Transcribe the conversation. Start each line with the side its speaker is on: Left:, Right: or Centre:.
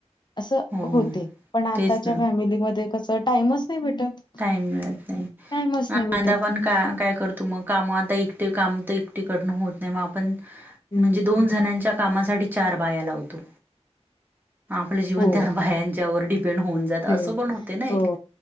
Left: असं
Right: हो
Left: होतंय. पण आताच्या
Right: तेच
Left: फमिलीमध्ये कस टाइमच नाही भेटत.
Right: टाईम मिळत नाई
Left: टाइमच
Right: पण
Left: नाही भेटत.
Right: आता आपण कां काय करतो मग काम आता एकटी काम ते एकटीकडन होत नाही म आपण
Left: हम्म
Right: म्हणजे दोन जनांच्या कामासाठी चार बाया लावतो. आंपलं जीवन
Left: हो
Right: त्या बायांच्यावर डि पेन्ड होऊन जात असंपण
Left: ते
Right: होतेना
Left: हो.
Right: एक